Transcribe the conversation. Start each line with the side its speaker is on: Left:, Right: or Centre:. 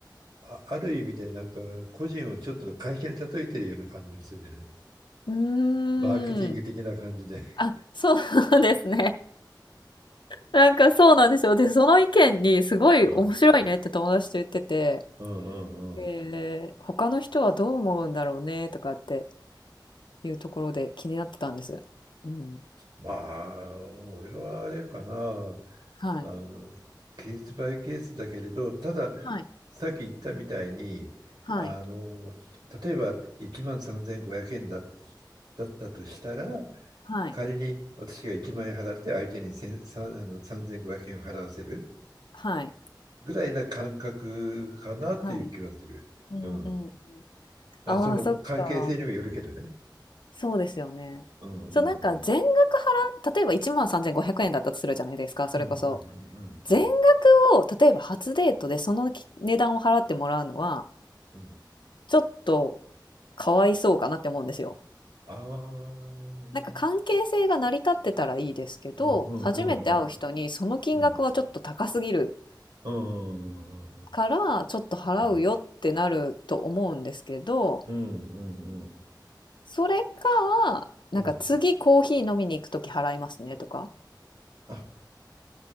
Right: あ、ある意味でなんか個人を一つの会社に例えてるような感じがするよね。
Left: うーん。
Right: マーケティング的な感じで。
Left: あ、そうですね。なんかそうなんですよ。で、その意見にすごい面白いねって友達と言ってて、
Right: うん、うん、うん、うん。
Left: えー、他の人はどう思うんだろうねとかっていうところで気になってたんです。うん。
Right: まあ、俺はあれかな。
Left: はい。
Right: あの、ケースバイケースだけれど、ただ、
Left: はい。
Right: さっき言ったみたいに、
Left: はい。
Right: あの、例えば1万3500円だ、だったとしたら、
Left: はい。
Right: 仮に私が1万円払って相手に1 0あの3500円を払わせる
Left: はい。
Right: ぐらいな感覚かなという気がする。
Left: はい。うんうんうん。
Right: うん。あ、
Left: ああ、
Right: その関係性にもよるけどね。
Left: そっか。そうですよね。
Right: うんうんうん。
Left: そう、なんか全額払っ例えば13,500円だったとするじゃないですか、それこそ。
Right: うんうんうんうんうん
Left: 全額を、例えば初デートでそのき値段を払ってもらうのは、
Right: うんうんうん
Left: ちょっとかわいそうかなって思うんですよ。
Right: ああー。
Left: なんか関係性が成り立ってたらいいですけど、
Right: うんうんうん。
Left: 初めて会う人にその金額はちょっと高すぎる
Right: うん。うんうんうんうん
Left: から、ちょっと払うよってなると思うんですけど、
Right: うん。うん、うん、
Left: それか、なんか次コーヒー飲みに行くとき払いますねとか。
Right: うん、うん。あ、